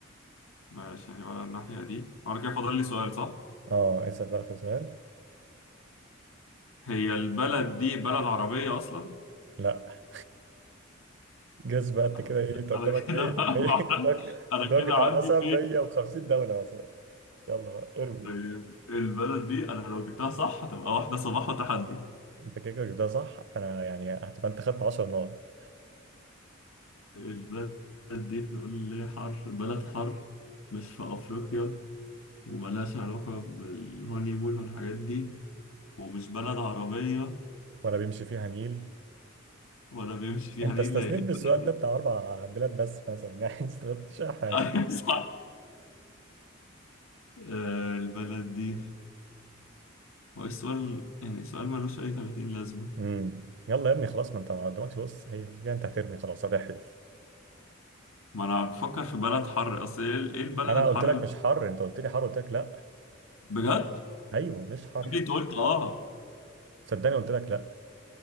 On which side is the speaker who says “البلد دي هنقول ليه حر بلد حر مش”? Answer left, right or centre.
Left